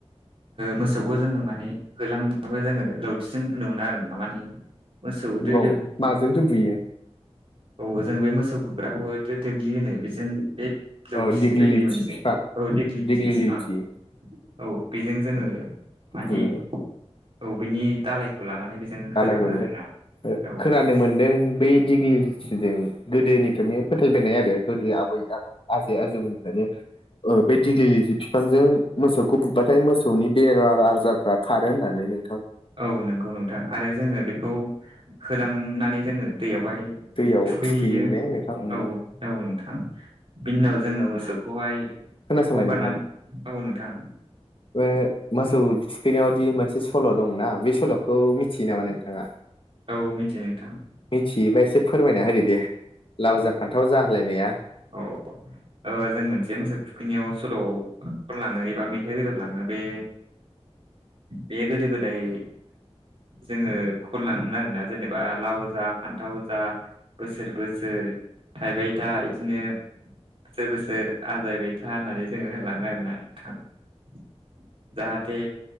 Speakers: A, on the right; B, on the left.
A: मोसौखौ जोङो माने होलांबाबो जोङो लौथिजों बुनो मोनो आरो ना माने मोसौ दोलो
B: औ माजोंथ' बुयो।
A: औ जों बे मोसौ बुग्राखौथ' दग्लि होनो बेजों बे जौथि
B: अ दिग्लिलिथि
A: बायदि मोनसे
B: बिफां
A: औ देग्लि
B: दिग्लिलिथि
A: जिबसबां औ बेजों जोङो माने
B: बि
A: औ बिनि दालायखौ लानानै बेजों
B: जालायगनो
A: होलाङो आरोना औ
B: खोनानो मोनदों बे दिग्लिजों गोदोनिफ्रायनो फोथायबायोनाय आरो गोदो आबै आबौ आजै आजौमोननिफ्रायनो ओ बे दिग्लिलि जि बिफांजों मोसौखौ बुबबाथाय मोसौनि बेरार आजारफ्रा खारो होननानै नोंथां
A: औ नंगौ नोंथां आरो जोङो बेखौ होलांनानै जोङो दैयावहाय
B: दैयाव
A: थुखैहैयो
B: थुखैयो ने नोंथां उम
A: औ औ नोंथां बिनि उनाव जोङो मोसौखौहाय
B: खोनासंबाय
A: हगारनानै
B: नोंथां
A: औ नोंथां
B: बे मोसौ थुखैनायावदि मोनसे सल' दंना बे सल'खौ मिथियो नामा नोंथाङा?
A: औ मिथियो नोंथां
B: मिथियोबा एसे फोरमायना होदो दे लाव जा फान्थाव जोलायनाया
A: औ ओ जों मोनसे मोसौ थुखैनायाव सल' खनलाङो एबा मेथाइ रोजोबलाङो बे बेयो गोदो गोदाय जोङो खनलाङोमोन आरोना जेनेबा लाव जा फान्थाव जा बोसोर बोसोर थाइबाय था बिदिनो बोसोर बोसोर आजायबाय था होननानै जोङो होलाङो आरोना नोंथाङा जाहाथे